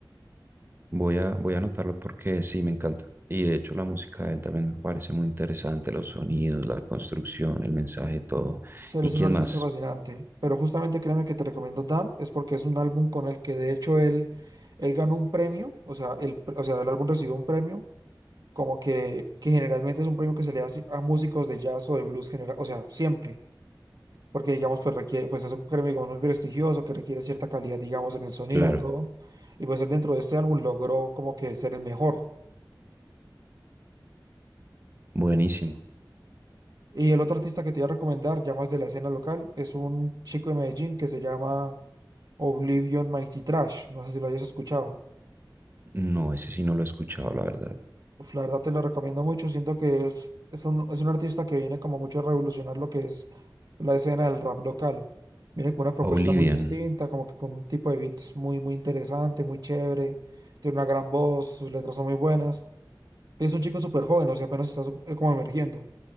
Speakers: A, on the right (about 30°); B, on the right (about 55°).
A: Voy a, voy a anotarlo porque sí, me encanta. Y de hecho la música de él también me parece muy interesante, los sonidos, la construcción, el mensaje, todo.
B: Sí, él
A: ¿Y
B: es
A: quién
B: un artista
A: más?
B: fascinante, pero justamente créeme que te recomiendo Damn, es porque es un álbum con el que de hecho él, él ganó un premio, o sea, el, pre- o sea, el álbum recibió un premio, como que, que generalmente es un premio que se le hace a músicos de jazz o de blues general, o sea, siempre, porque digamos, pues requiere, pues es un premio, digamos, muy prestigioso, que requiere cierta calidad, digamos, en el sonido
A: Claro,
B: y todo, y pues él dentro de este álbum logró como que ser el mejor.
A: buenísimo.
B: Y el otro artista que te iba a recomendar, ya más de la escena local, es un chico de Medellín que se llama... Oblivion Mighty Trash. No sé si lo hayas escuchado.
A: No, ese sí no lo he escuchado, la verdad.
B: Uf, la verdad te lo recomiendo mucho. Siento que es, es un, es un artista que viene como mucho a revolucionar lo que es la escena del rap local. Viene con una propuesta
A: Oblivion.
B: muy distinta, como que con un tipo de beats muy, muy interesante, muy chévere. Tiene una gran voz, sus letras son muy buenas. Es un chico súper joven, o sea, apenas está sup- eh, como emergiendo.